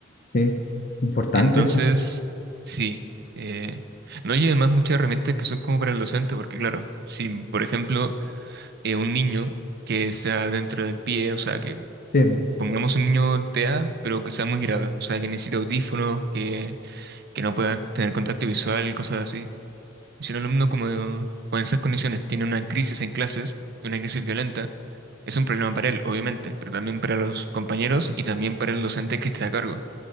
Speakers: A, on the left; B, on the right.
A: Sí, importante
B: Entonces,
A: eso.
B: sí. eh, no, y además muchas herramientas que son como para el docente, porque claro, si por ejemplo eh, un niño que sea dentro del pie, o sea, que
A: Sí.
B: pongamos un niño TEA, pero que sea muy grave, o sea, que necesite audífonos, que, que no pueda tener contacto visual, cosas así. Si un alumno como con esas condiciones tiene una crisis en clases, una crisis violenta, es un problema para él, obviamente, pero también para los compañeros y también para el docente que está a cargo